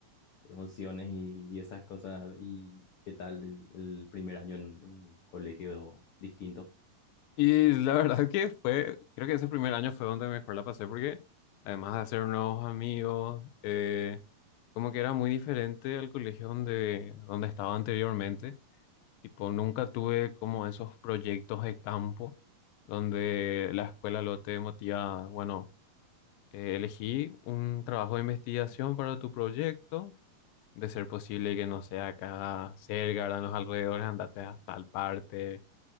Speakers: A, on the left; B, on the left.
A: emociones y, y esas cosas. ¿Y qué tal el, el primer año en un colegio distinto?
B: Y la <laughs> verdad que fue, creo que ese primer año fue donde mejor la pasé porque además de hacer nuevos amigos, eh, como que era muy diferente al colegio donde, donde estaba anteriormente. Tipo, nunca tuve como esos proyectos de campo donde la escuela lo te motiva, bueno, eh, elegí un trabajo de investigación para tu proyecto, de ser posible que no sea acá cerca, en los alrededores, andate a tal parte,